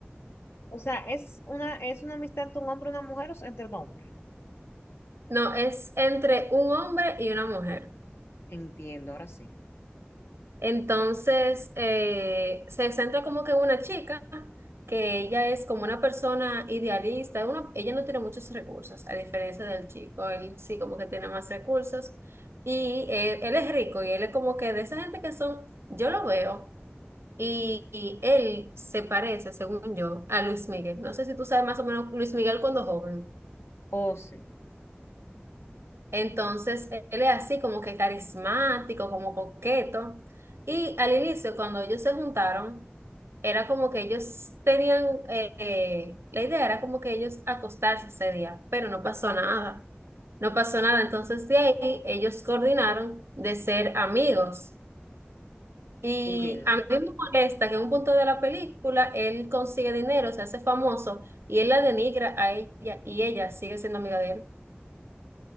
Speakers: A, on the left (about 70°); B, on the right (about 80°).
A: O sea, es una, es una amistad entre un hombre y una mujer o sea, entre dos hombres.
B: No, es entre un hombre y una mujer.
A: Entiendo, ahora sí.
B: Entonces, eh, se centra como que en una chica que ella es como una persona idealista, una- ella no tiene muchos recursos, a diferencia del chico, él sí como que tiene más recursos y él, él es rico y él es como que de esa gente que son, yo lo veo y, y él se parece, según yo, a Luis Miguel. No sé si tú sabes más o menos Luis Miguel cuando joven.
A: Oh, sí,
B: Entonces, él es así como que carismático, como coqueto. Y al inicio, cuando ellos se juntaron, era como que ellos tenían, eh, eh, la idea era como que ellos acostarse ese día, pero no pasó nada. No pasó nada. Entonces, de ahí, ellos coordinaron de ser amigos. Y
A: entiendo.
B: a mí me molesta que en un punto de la película él consigue dinero, se hace famoso y él la denigra a ella y ella sigue siendo amiga de él.